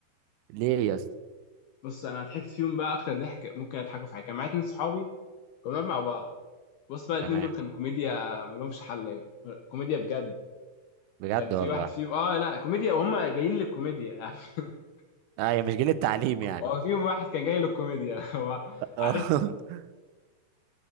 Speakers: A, on the right; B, on the left.
A: ليه يا اسطى
B: بص انا ضحكت فيهم بقى اكتر ضحك ممكن اضحكوا في حياتي كان معايا اتنين صحابي كنا بنقعد مع بعض بص بقى الاتنين
A: تمام
B: دول كانوا كوميديا ملهمش حل كوميديا بجد
A: بجد
B: كان في
A: والله
B: واحد فيهم اه لا لا، كوميديا وهم جايين للكوميديا يعني <laughs>
A: ايوه مش جيل التعليم يعني
B: هو فيهم واحد كان جاي للكوميديا <laughs> هو
A: اه
B: عارف
A: <laughs>